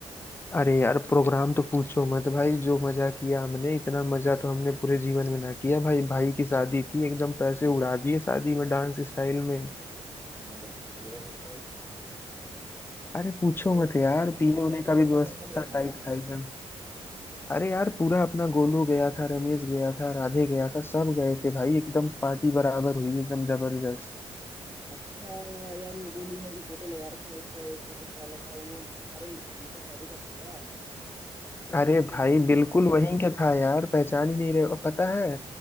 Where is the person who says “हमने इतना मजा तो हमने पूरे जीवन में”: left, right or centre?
Left